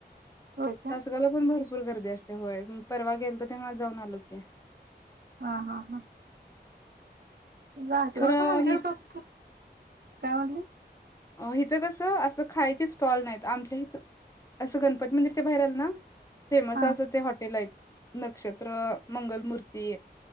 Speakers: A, on the right; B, on the left.
A: होय का
B: तासगावला पण भरपूर गर्दी असते होय. परवा गेल तर तेव्हा जाऊन आलो की,
A: हा हा हा वासगावचं
B: खरं
A: मंदिर
B: ही
A: फक्त, काय म्हटलीस?
B: अ हिथं कसं असं खायचे स्टॉल नाहीत, आमच्या हिथं असं गणपती मंदिरच्या बाहेर आलं ना फेमस
A: हा
B: असं ते हॉटेल आहेत नक्षत्र, मंगलमूर्ती,